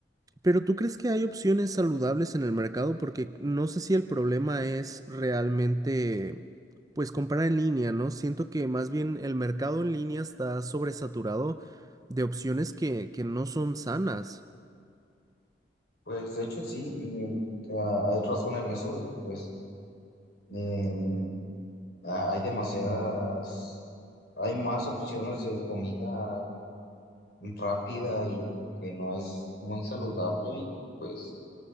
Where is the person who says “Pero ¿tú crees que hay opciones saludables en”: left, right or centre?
Right